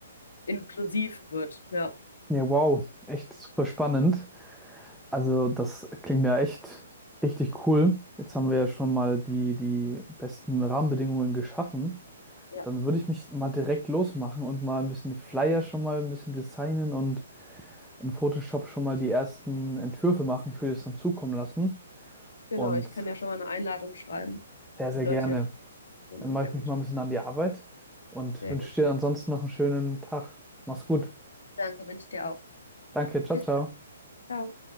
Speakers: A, on the left (about 85°); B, in the centre.
A: inklusiv wird. Ja,
B: Ja, wow, echt super spannend. Also das klingt ja echt richtig cool. Jetzt haben wir ja schon mal die, die besten Rahmenbedingungen geschaffen.
A: ja,
B: Dann würde ich mich mal direkt losmachen und mal ein bisschen Flyer schon mal ein bisschen designen und in Photoshop schon mal die ersten Entwürfe machen. Ich würde es dann zukommen lassen
A: genau.
B: und
A: Ich kann ja schon mal eine Einladung schreiben.
B: sehr, sehr
A: Die Leute,
B: gerne.
A: die da kommen,
B: Dann mache
A: sehr
B: ich
A: gut.
B: mich mal ein bisschen an die Arbeit und
A: Sehr
B: wünsche
A: gut.
B: dir ansonsten noch einen schönen Tag. Mach's gut.
A: Danke, wünsche ich dir auch.
B: Danke, ciao,
A: Bis,
B: ciao.
A: ciao.